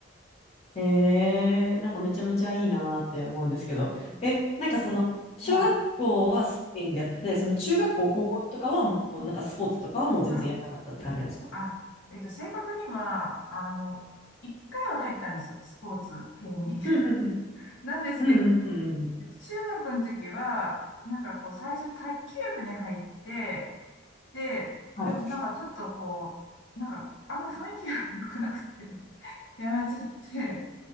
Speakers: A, on the left (about 30°); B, on the left (about 65°).
A: ええなんかめちゃめちゃいいなーって思うんですけど。
B: うん
A: え、なんかその、小学校はスイミングやってて、
B: はい。うん
A: その中学校、高校とかはもうなんかスポーツとかはもう全然やらなかったって感じなんですか
B: うんあ、あ、えっと、正確には、あの、一回は入ったんですよ、スポーツ系に。<laughs>
A: うんうん
B: なんですけど、
A: うん。うんうんうんうん。
B: えっと中学の時は、なんかこう、最初卓球部に入って、で、
A: はい。
B: でもなんかちょっとこう、なんか、あんま雰囲気が <laughs> 良くなくて、<laughs> やめちゃって、